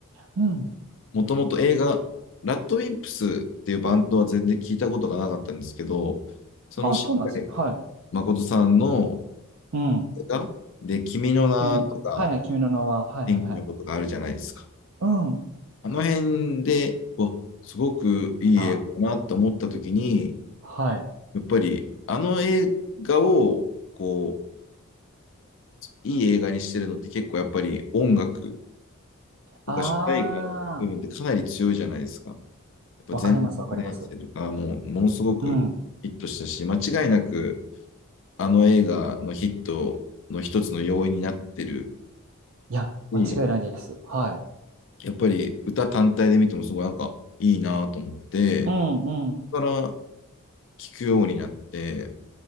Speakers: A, on the right (about 65°); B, on the left (about 60°).
A: うん。
B: もともと映画、ラッドウィンプスっていうバンドは全然聞いたことがなかったんですけど、そのしっかり
A: ああ、そうなんですね。はい。
B: 誠さんの
A: うん。
B: 映画で、君の名とか、
A: 君の、はいはい、君の名は。はいはいはい。
B: 天気のことがあるじゃないですか。
A: うん。
B: あの辺で、わ、すごくいい映画だなって思った時に、
A: あ、はい。
B: やっぱりあの映画を、こう、いい映画にしてるのって結構やっぱり音楽とか主題歌の部分ってかなり強いじゃないですか。
A: あ
B: やっぱ全然生とかもうものすごくヒットしたし、
A: あ、わかりますわかります。うん。
B: 間違いなくあの映画のヒットの一つの要因になってる
A: いや、
B: し、
A: 間違いないです。はい。
B: やっぱり歌単体で見てもすごいなんかいいなと思って、
A: うんうん。
B: だから聞くようになって、